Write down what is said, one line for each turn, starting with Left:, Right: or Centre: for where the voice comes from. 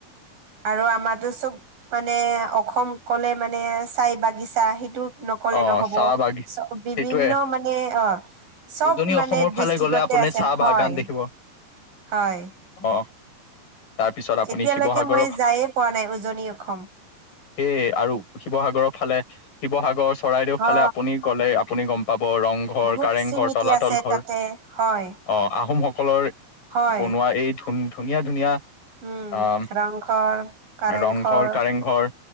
Right: আৰু আমাৰটো চ'ব, মানে অসম কলে মানে চাই বাগিচা সেইটো, নকলে
Left: অ
Right: নহ'ব
Left: চাহ বাগি
Right: চ'ব বিভিন্ন
Left: সেইটোৱে
Right: মানে অ' চব
Left: উজনি
Right: মানে
Left: অসমৰ ফালে
Right: ডিষ্ট্ৰিক্টত।
Left: গ'লে আপুনি
Right: তে আছে
Left: চাহ
Right: হয়
Left: বাগান দেখিব
Right: হয়।
Left: অ' তাৰপিছত আপুনি
Right: এতিয়ালৈকে
Left: শিৱসাগৰৰ
Right: মই যায়ে পোৱা নাই উজনি অসম।
Left: সেয়ে আৰু, শিৱসাগৰৰ ফালে, শিৱসাগৰ চৰাইদেউ
Right: অ
Left: ফালে, আপুনি গ'লে আপুনি গম পাব ৰংঘৰ,
Right: বহুত
Left: কাৰেংঘৰ,
Right: স্মৃতি
Left: তলাতল
Right: আছে
Left: ঘৰ।
Right: তাতে হয়
Left: অ' আহোমসকলৰ
Right: হয়
Left: বনোৱা এই ধুন ধুনীয়া ধুনীয়া। আহ,
Right: উম ৰংঘৰ কাৰেংঘৰ
Left: ৰংঘৰ, কাৰেংঘৰ